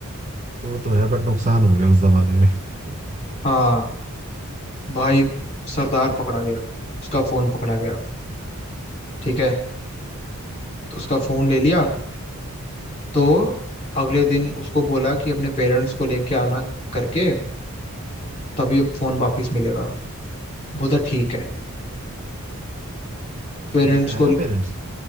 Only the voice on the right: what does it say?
वो तो है बट नुकसान हो गया उस जमाने में <laughs>
वो लेके
आया पेरेंट्स